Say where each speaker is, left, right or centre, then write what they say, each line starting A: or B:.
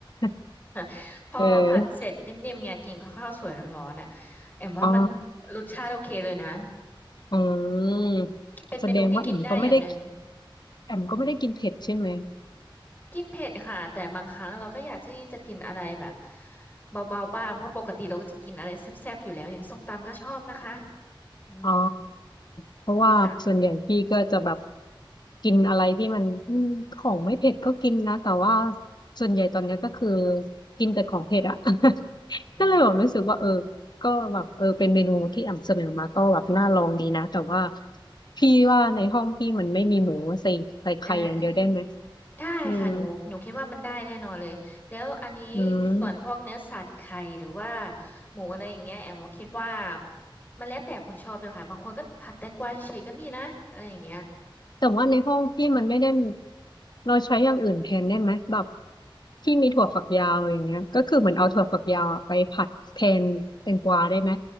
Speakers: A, on the left (about 55°); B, on the left (about 20°).
A: ก
B: <laughs> พอผัดเสร็จนิ่มๆไงกินกับข้าวสวยร้อนๆน่ะ
A: เออ
B: แอมว่ามัน
A: อ๋อ
B: รสชาติโอเคเลยนะ
A: อืม
B: เป็นเมนูที่กินได้อย่างหนึ่ง
A: แสดงว่าแอมก็ไม่ได้แอมก็ไม่ได้กินเผ็ดใช่ไหม
B: กินเผ็ดค่ะแต่บางครั้งเราก็อยากที่จะกินอะไรแบบเบาๆบ้างเพราะปกติเราก็จะกินอะไรแซ่บๆอยู่แล้วอย่างส้มตำก็ชอบนะคะอืม
A: อ๋อเพราะว่าส่วนใหญ่พี่ก็จะแบบ
B: ค่ะ
A: กินอะไรที่มันอืมของไม่เผ็ดก็กินนะแต่ว่าส่วนใหญ่ตอนเนี้ยก็คือกินแต่ของเผ็ดอะ <laughs>
B: อืมอืมอืม
A: ก็เลยแบบรู้สึกว่าเออก็แบบเออเป็นเมนูที่อ่ำเสนอมาก็แบบน่าลองดีนะแต่ว่า
B: อืม
A: พี่ว่าในห้องพี่มันไม่มีหมูใส่ใส่ไข่อย่างเดียวได้ไหม
B: อ่าอืมได้ค่ะหนูหนูคิดว่ามันได้แน่นอนเลยแล้วอันนี้
A: อืมอืม
B: ส่วนพวกเนื้อสัตว์ไข่หรือว่าหมูอะไรอย่างเงี้ยแอมก็คิดว่ามันแล้วแต่คนชอบเลยค่ะบางคนก็ผัดแตงกวาเฉยๆก็มีนะอะไรอย่างเงี้ย
A: แต่ว่าในห้องพี่มันไม่ได้เราใช้อย่างอื่นแทนได้ไหมแบบที่มีถั่วฝักยาวอย่างเงี้ยก็คือเหมือนเอาถั่วฝักยาวอะไปผัดแทนแตงกวาได้ไหม